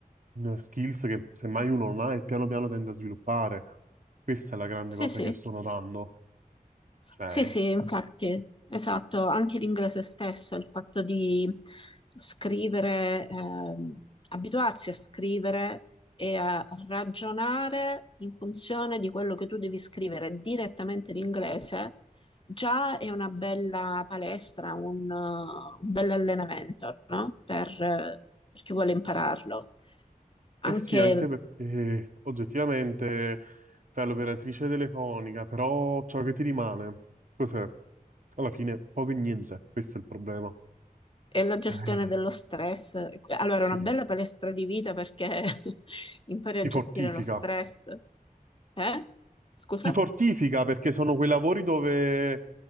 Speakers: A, on the right; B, on the left.
A: skills che semmai uno non ha e piano piano tende a sviluppare. Questa è la grande
B: Sì,
A: cosa
B: sì.
A: che io sto notando. Cioè,
B: Sì, sì, infatti, esatto, anche l'inglese stesso, il fatto di scrivere, ehm, abituarsi a scrivere e a ragionare in funzione di quello che tu devi scrivere direttamente in inglese, già è una bella palestra, un, eh, un bel allenamento, no? Per, eh, per chi vuole impararlo. Anche
A: eh sì, anche perché oggettivamente fai l'operatrice telefonica, però ciò che ti rimane, cos'è? Alla fine poco e niente, questo è il problema.
B: E la gestione
A: Eh,
B: dello stress. Allora,
A: sì,
B: è una bella palestra di vita perché <laughs> impari
A: ti
B: a gestire
A: fortifica.
B: lo stress. Eh? Scusa?
A: Ti fortifica perché sono quei lavori dove